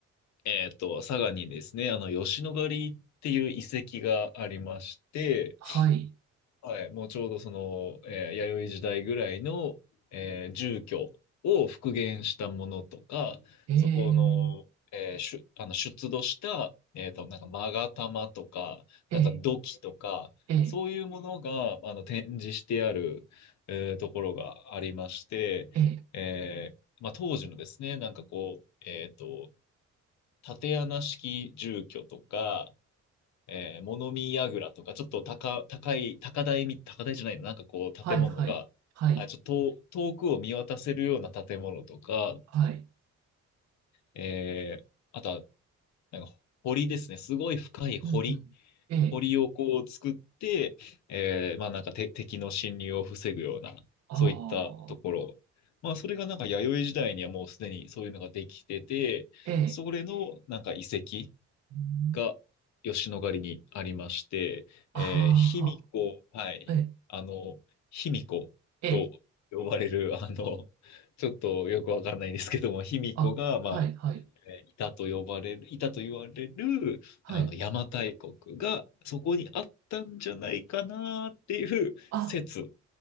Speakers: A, on the left (about 65°); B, on the right (about 60°).
A: えっと、佐賀にですね、あの、吉野ヶ里っていう遺跡がありまして、
B: はい。
A: はい、もうちょうどその、えー弥生時代ぐらいの、えー住居を復元したものとか、
B: ええ、
A: そこの、えー出あの出土した、えーと、なんか勾玉とか、
B: ええ、
A: なんか土器とか、
B: ええ、
A: そういうものがあの展示してある、えーところがありまして、
B: ええ、
A: えーまあ、当時のですね、なんかこう、えーと、竪穴式住居とか、えー、物見櫓とか、ちょっと高、高い、高台み、高台じゃないの、なんかこう建物が、
B: はい、はい。はい。
A: あ、ちょっと遠遠くを見渡せるような建物とか、
B: はい。
A: えー、あとは、なんか堀ですね。すごい深い堀。
B: うん、うん。ええ、
A: 堀をこう作って、えー、まあなんかて敵の侵入を防ぐような、
B: ああ、
A: そういったところ。まあそれがなんか弥生時代にはもうすでにそういうのができてて、
B: ええ、
A: それのなんか遺跡。
B: うん
A: が吉野ヶ里にありまして、えー、
B: あ
A: 卑弥呼、はい、
B: あ、ええ、
A: あの、卑弥呼と呼ばれる、
B: ええ
A: あの、ちょっとよくわかんないんですけども、卑弥呼が、
B: あ、
A: まあ、
B: はい、はい、
A: えーいたと呼ばれる、いたと言われる、
B: はい。
A: あの、邪馬台国がそこにあったんじゃないかなっていう説。
B: あ、